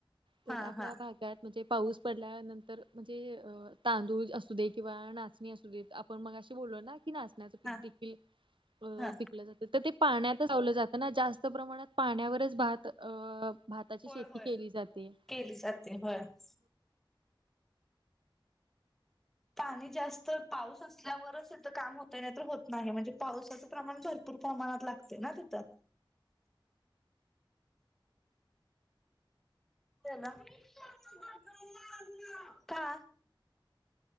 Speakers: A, on the right (about 70°); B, in the centre.
A: तर
B: हा
A: आपल्या
B: हा
A: भागात म्हणजे पाऊस पडल्यानंतर म्हणजे अ तांदूळ असू दे किंवा नाचणी असू दे आपण मगाशी बोललो ना की नाचणी -ण्या पी
B: हा
A: देखील
B: हा
A: पिकलं जातं तर ते पाण्यात लावलं जात त्यांना जास्त प्रमाणात पाण्यावरच भात अ भाताची
B: होय
A: शेती
B: होय
A: केली जाते.
B: केली जाती भात पाणी जास्त पाऊस असल्यावरच तिथं काम होतंय नाही तर होत नाही म्हणजे पावसाचं प्रमाण भर भरपूर प्रमाणात लागताय ना तिथं रिक्षाला मध्ये का